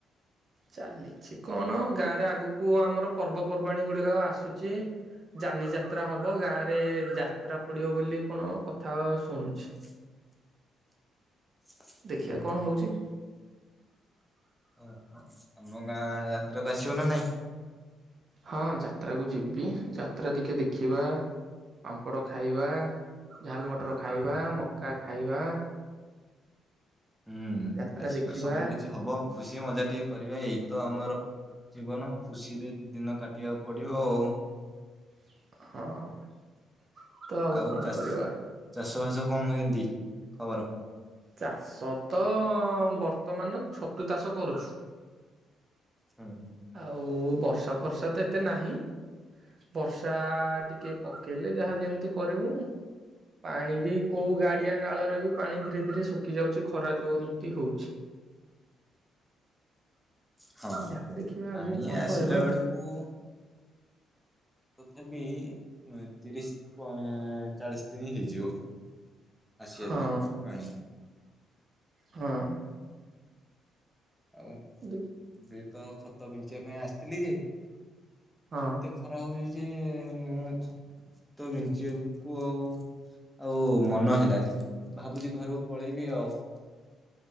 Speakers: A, on the right; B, in the centre.
A: ଚାଲିଛି କଣ ଗାଁରେ ଆଗକୁ ଆମର ପର୍ବପର୍ବାଣି ଗୁଡିକ ଆସୁଛି। ଯାନି ଯାତ୍ରା ହବ ଗାଁ ରେ ଯାତ୍ରା ପଡିବ ବୋଲି କଣ କଥା ଶୁଣୁଛି।
B: <unintelligible>
A: ଦେଖିଆ
B: ହୁଁ
A: କଣ ହଉଛି।
B: ହ ଆମ ଗାଁ ଯାତ୍ରାକୁ ଆସିବ ନା ନାଇଁ?
A: ହଁ ଯାତ୍ରାକୁ ଯିବି ଯାତ୍ରା ଟିକେ ଦେଖିବା। ପାମ୍ପଡ଼ ଖାଇବା ଝାଲ ମଟର ଖାଇବା ମକା ଖାଇବା।
B: ହୁଁ
A: ଯାତ୍ରା
B: ଆସିବ
A: ଦେଖିବା
B: ସବୁ କିଛି ହବ ଖୁସି ମଜା ଟିକେ କରିବେ ଏଇତ ଆମର ଜୀବନ ଖୁସିରେ ଦିନ କାଟିବାକୁ ପଡ଼ିବ ଆଉ।
A: ହଁ। ତ
B: ଆଉ
A: କଣ
B: ଚାସ୍
A: କରିବା
B: ଚାଷ ବାସ କଣ କେମିତି ଖବର?
A: ଚାଷ ତ ବର୍ତ୍ତମାନ ଛତୁ ଚାଷ କରୁଛୁ।
B: ହୁଁ।
A: ଆଉ ବର୍ଷା ଫର୍ଷା ତ ଏତେ ନାହିଁ। ବର୍ଷା ଟିକେ ପକେଇଲେ ଯାହା ଯେମିତି କରିବୁ। ପାଣି ବି କୋଉ ଗାଡିଆ ନାଳରେ ବି ପାଣି ଧୀରେ ଶୁଖି ଯାଉଛି ଖରା ଯେଉମିତି ହଉଛି।
B: ହଁ
A: ଯାହା ଦେଖିବା
B: ପାଣି
A: ଆଗକୁ କଣ
B: ଆସିଲା
A: କରିବା
B: ବେଳକୁ। ତଥାପି ଏଇ ତିରିଶି ଆଁ ଚାଳିଶି ଦିନ ହେଇଯିବ। ଆସିବା
A: ହଁ
B: ପାଇଁ ପାଣି।
A: ହଁ।
B: ଆଉ।
A: ଦେଖ
B: ଏବେ ତ ଖତ ବିଞ୍ଚିବା ପାଇଁ ଆସିଥିଲି
A: ହଁ
B: ଏତେ ଖରା ହଉଛି ଯେ ମୁଁ ଖ ତ ବିଞ୍ଚିବା କୁ ଆଉ ଆଉ ମନ ହେଲାନି ଭାବୁଛି ଘରକୁ ପଳେଇବି ଆଉ।